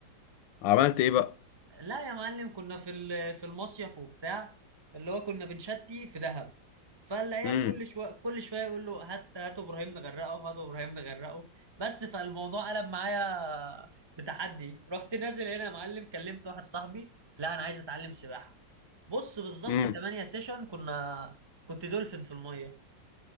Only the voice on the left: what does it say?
عملت ايه بقى
امم
امم